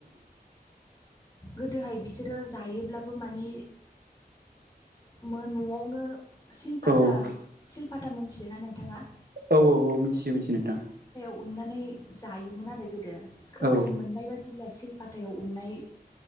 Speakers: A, on the left (about 20°); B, on the right (about 70°).
A: गोदोहाय बिसोरो जायोब्ला मानि न' आवनो सिलपाता
B: औ
A: माने <unintelligible> मोनथियोना नोंथांङा
B: औ - औ - औ मिथियो मिथि नोंथां
A: हुननानै जायोमोन आरो गोदो खोनानो
B: औ
A: मोननाय बायदि जेब्ला सिलपाताव उननाय